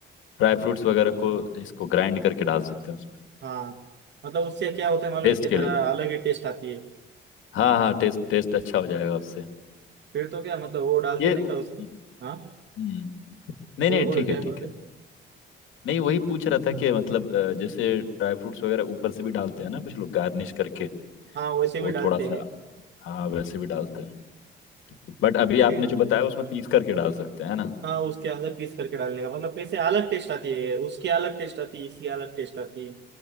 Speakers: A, on the left (about 85°); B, on the right (about 60°).
A: ड्राई फ्रूट्स वगैरह को इसको ग्राइंड करके डाल सकते हैं उसमें
B: हाँ मतलब उससे क्या होता है मालूम
A: टेस्ट
B: है क्या
A: के
B: जरा
A: लिए
B: अलग ही टेस्ट आती है
A: हाँ हाँ टेस्ट टेस्ट अच्छा हो जाएगा उससे
B: फिर तो क्या मतलब वो डाल
A: ये
B: देने
A: हम्म
B: का उसको हाँ
A: हम्म, नहीं
B: बोलो
A: नहीं
B: बोलो
A: ठीक है
B: क्या
A: ठीक
B: बोल रहे
A: है नहीं वही पूछ रहा था कि मतलब अ, जैसे ड्राई फ्रूट्स वगैरह ऊपर से भी डालते हैं ना कुछ लोग गार्निश करके
B: हाँ वैसे
A: वो
B: भी डालते
A: थोड़ा सा
B: हैं
A: हाँ वैसे भी डालते हैं बट अभी आपने
B: फिर
A: जो बताया उसमें पीस करके डाल सकते हैं है ना
B: हाँ उसके अंदर पीस करके डालने का मतलब वैसे अलग टेस्ट आती है उसकी अलग टेस्ट आती है इसकी अलग टेस्ट आती है